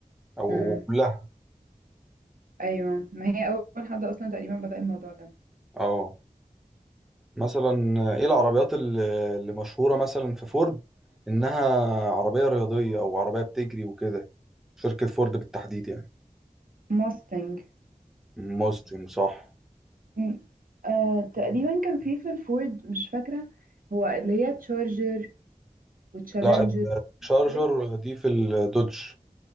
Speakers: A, in the centre; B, on the right.
A: أو
B: مم.
A: أو كلها
B: ايوه ما هي اول حد اصلا تقريبا بدأ الموضوع ده
A: اه مثلا آه، إيه العربيات ال- اللي مشهورة مثلا في فورد إنها عربية رياضية أو عربية بتجري وكده شركة فورد بالتحديد يعني
B: موستنج
A: موستنج صح
B: مم. آه تقريبا كان في في الفورد مش فاكرة هو اللي هي تشارجر وتشالنجر
A: لا الشارجر
B: فورد
A: دي في الدوج